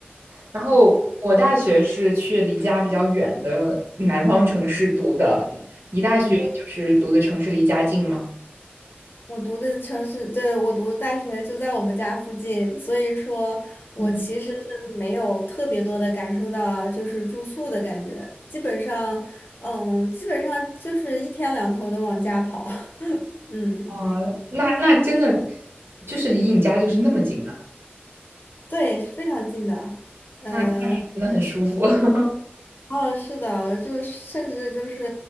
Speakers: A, on the right; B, on the left.
A: 然后我大学是去离家比较远的南方城市读的，
B: 嗯
A: 你大学就是读的城市离家近吗？
B: 嗯，我读的城市，对，我读的大学就在我们家附近，所以说我其实是没有特别多的感受到就是住宿的感觉，
A: 嗯，
B: 基本上，嗯，基本上就是一天两头的往家跑，<laughs> 嗯。
A: 啊、那那真的就是离你家就是那么近啊，
B: 对，是非常近的。嗯、
A: 那那你真的很舒服。<laughs>
B: 哦，是的，我就甚至就是